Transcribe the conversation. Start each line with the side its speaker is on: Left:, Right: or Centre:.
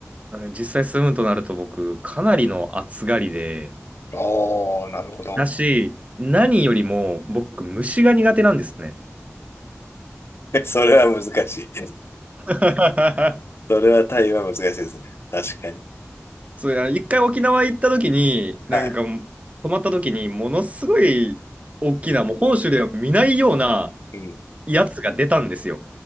Right: 実際住むとなると僕、かなりの暑がりで、
Left: ああ、なるほど。
Right: だし、何よりも僕、虫が苦手なんですね。
Left: <laughs> それは難しい。
Right: <laughs>
Left: それは対話は難しいですね。確かに。
Right: そういや、一回沖縄行った時に、
Left: はい。
Right: なんか、泊まった時に、ものすごい大きな、もう本州では見ないような
Left: うん。
Right: やつが出たんですよ。